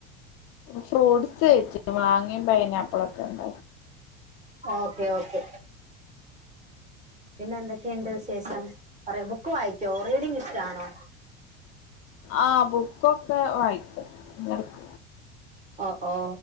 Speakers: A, on the left (about 40°); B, on the right (about 20°).
A: ഫ്രൂട്ട്സ് കഴിച്ചു മാങ്ങയും പൈനാപ്പിള ഒക്കെ ഇണ്ട
B: ഓക്കെ ഓക്കെ പിന്നെ എന്തൊക്കെയുണ്ട് വിശേഷം പറയ ബുക്ക് വായിക്കോ റീഡിങ് ഇഷ്ടാണോ
A: ആ ബു ക്കൊക്കെ വായിക്കും എടക
B: ഒ ഓ